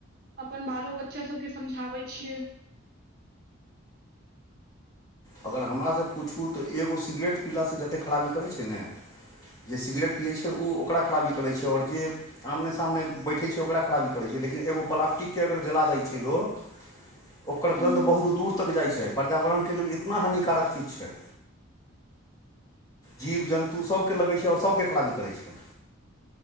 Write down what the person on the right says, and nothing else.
अपन बालो बच्चा सबके समझाबै छियै
<inaudible>
हूँ